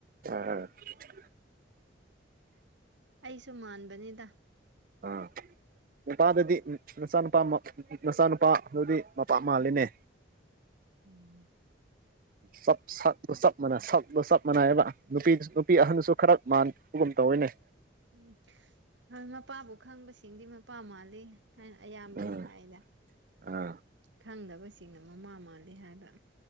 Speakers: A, on the right; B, on the right.
A: ꯑ <unintelligible>
B: ꯑꯩꯁꯨ ꯃꯥꯟꯕꯅꯤꯗ
A: ꯑꯥ ꯅꯨꯄꯥꯗꯗꯤ ꯅꯆꯥꯅꯨꯄꯥ ꯅꯆꯥꯅꯨꯄꯥ ꯑꯗꯨꯗꯤ ꯃꯄꯥ ꯃꯥꯜꯂꯤꯅꯦ
B: ꯎꯝ
A: ꯁꯞ ꯁ ꯁꯞ ꯃꯅ ꯁꯞꯂꯣ ꯆꯞ ꯃꯥꯟꯅꯏꯑꯕ ꯅꯨꯄꯤ ꯅꯨꯄꯤ ꯑꯍꯟꯁꯨ ꯈꯔ ꯃꯥꯟꯕꯒꯨꯝ ꯇꯧꯋꯅꯦ
B: ꯎꯝ ꯍꯣꯏ ꯃꯄꯥꯕꯨ ꯈꯪꯕꯁꯤꯡꯗꯤ ꯃꯄꯥ ꯃꯥꯜꯂꯤ ꯍꯥꯏꯅ ꯑꯌꯥꯝꯕꯅ
A: ꯎꯝ
B: ꯍꯥꯏꯗ
A: ꯑꯥ
B: ꯈꯪꯗꯕꯁꯤꯡꯅ ꯃꯃꯥ ꯃꯥꯜꯂꯤ ꯍꯥꯏꯕ